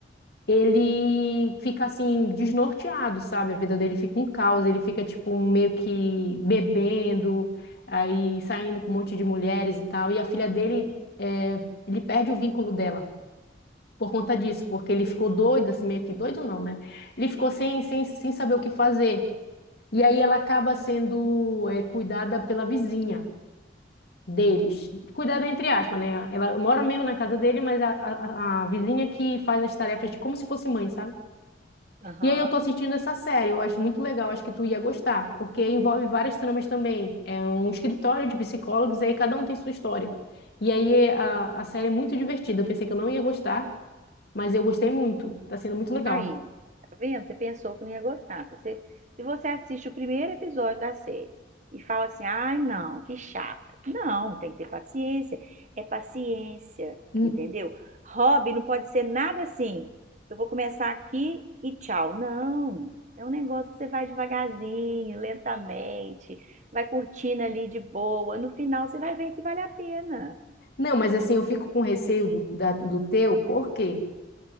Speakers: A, on the left (about 55°); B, on the right (about 40°).
A: ele fica assim desnorteado, sabe? A vida dele fica um caos, ele fica tipo meio que bebendo, aí saindo com um monte de mulheres e tal. E a filha dele, é, ele perde o vínculo dela por conta disso, porque ele ficou doido, assim, meio que doido não, né? Ele ficou sem, sem, sem saber o que fazer. E aí ela acaba sendo, é, cuidada pela vizinha. Deles. Cuidada entre aspas, né? Ela mora mesmo na casa dele, mas a, a, a a vizinha que faz as tarefas de como se fosse mãe, sabe?
B: aham.
A: E aí eu tô assistindo essa série, eu acho muito legal, acho que tu ia gostar, porque envolve várias tramas também. É um escritório de psicólogos, e aí cada um tem sua história. E aí a, a série é muito divertida, eu pensei que eu não ia gostar, mas eu gostei muito, tá sendo muito legal.
B: Aí, tá vendo? Você pensou que não ia gostar. Se você, se você assiste o primeiro episódio da série e fala assim, ai, não, que chato. Não, tem que ter paciência. É paciência,
A: N-
B: entendeu? Hobby não pode ser nada assim. Eu vou começar aqui e tchau. Não, é um negócio que você vai devagarzinho, lentamente, vai curtindo ali de boa. No final, você vai ver que vale a pena.
A: Não, mas assim, eu fico com receio do, da- do teu, por quê?